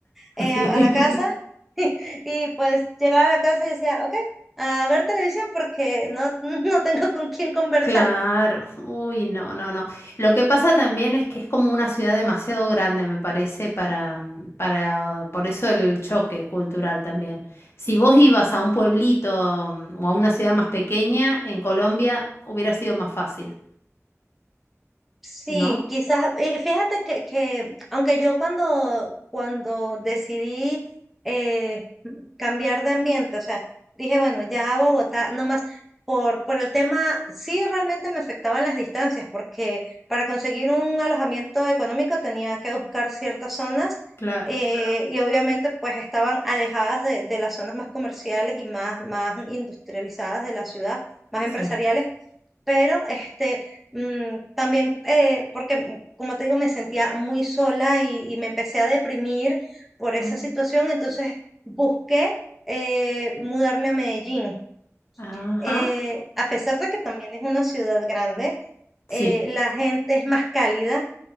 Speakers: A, in the centre; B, on the left.
A: eh,
B: <laughs> sí.
A: a, a la casa <laughs> y pues llegaba a la casa y decía, ok, a ver televisión porque no, <laughs> no tengo con quién conversar.
B: Claro, uy, no, no, no. Lo que pasa también es que es como una ciudad demasiado grande, me parece, para, mm, para, por eso el choque cultural también. Si vos ibas a un pueblito mm, o a una ciudad más pequeña, en Colombia hubiera sido más fácil,
A: Sí,
B: ¿no?
A: quizás, y fíjate que, que aunque yo cuando, cuando decidí eh, cambiar de ambiente, o sea, dije, bueno, ya a Bogotá, no más, por, por el tema, sí realmente me afectaban las distancias, porque para conseguir un alojamiento económico tenía que buscar ciertas zonas
B: Claro,
A: eh, y obviamente pues estaban alejadas de, de las zonas más comerciales y más, más industrializadas de la ciudad, más
B: sí.
A: empresariales pero este, mm, también, eh, porque mm, como te digo, me sentía muy sola y, y me empecé a deprimir por esa
B: Mm,
A: situación, entonces busqué eh, mudarme a Medellín.
B: Ajá,
A: Eh, a pesar de que también es una ciudad grande,
B: sí,
A: eh, la gente es más cálida,